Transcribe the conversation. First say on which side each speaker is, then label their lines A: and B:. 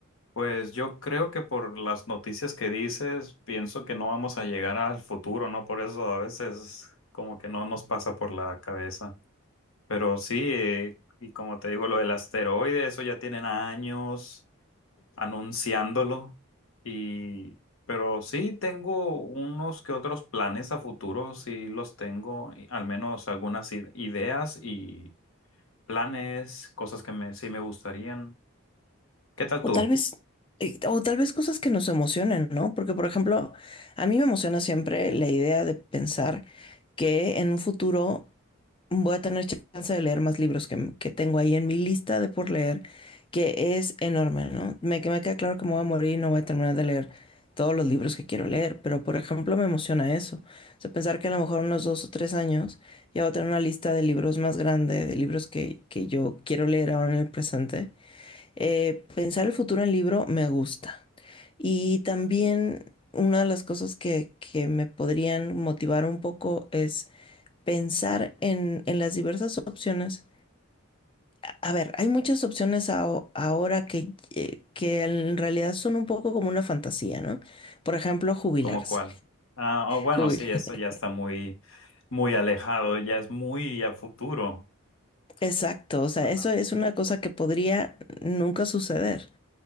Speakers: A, on the left; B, on the left.
A: Pues yo creo que por las noticias que dices, pienso que no vamos a llegar al futuro, ¿no? Por eso a veces como que no nos pasa por la cabeza. Pero sí, eh, y como te digo, lo del asteroide, eso ya tienen años anunciándolo. Y, pero sí tengo unos que otros planes a futuro, sí los tengo, y al menos algunas id- ideas y planes, cosas que me, sí me gustarían. ¿Qué tal
B: O
A: tú?
B: tal vez, eh, o tal vez cosas que nos emocionen, ¿no? Porque, por ejemplo, a mí me emociona siempre la idea de pensar que en un futuro voy a tener chance de leer más libros que, que tengo ahí en mi lista de por leer, que es enorme, ¿no? Me, que me queda claro que me voy a morir y no voy a terminar de leer todos los libros que quiero leer, pero, por ejemplo, me emociona eso. O sea, pensar que a lo mejor unos dos o tres años ya voy a tener una lista de libros más grande, de libros que, que yo quiero leer ahora en el presente eh, pensar el futuro en libro me gusta. Y también una de las cosas que, que me podrían motivar un poco es pensar en, en las diversas opciones. A a ver, hay muchas opciones ao- ahora que, eh, que en realidad son un poco como una fantasía, ¿no? Por ejemplo, jubilarse.
A: ¿Cómo cuál? Ah, oh, bueno,
B: Jubil-
A: sí, eso ya
B: <laughs>
A: está muy, muy alejado, ya es muy a futuro.
B: Exacto, o sea,
A: Ajá,
B: eso es una cosa que podría nunca suceder.